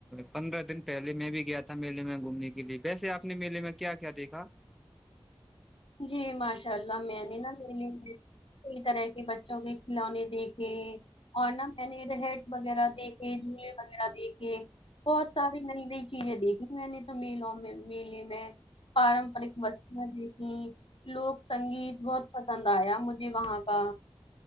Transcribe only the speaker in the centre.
پندرہ دن پہلے میں بھی گیا تھا میلے میں گھومنے کے لیے ویسے آپ اپنے میے میں کیا کیا دیکھا